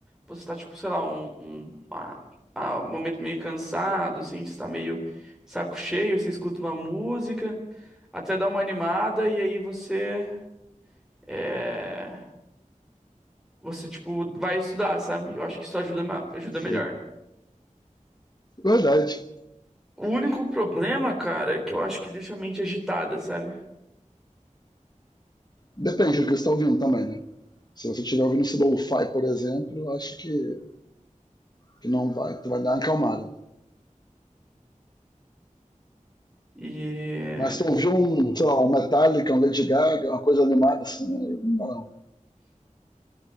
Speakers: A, in the centre; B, on the left (about 30°).
A: Você tá, tipo, sei lá, um, um, ah, ah, um momento meio cansado, assim, você tá meio de saco cheio, você escuta uma música, até dá uma animada, e aí você, é, você, tipo, vai estudar, sabe? Eu acho que isso ajuda, ma- ajuda
B: Sei.
A: melhor.
B: Verdade.
A: O único problema, cara, é que eu acho que deixa a mente agitada, sabe?
B: Depende do que você tá ouvindo também, né? Se você estiver ouvindo esse lo-fi, por exemplo, eu acho que que não vai, tu vai dar uma acalmada.
A: E,
B: Mas tu ouviu um, sei lá, um Metallica, um Lady Gaga, uma coisa animada assim, né? não dá não.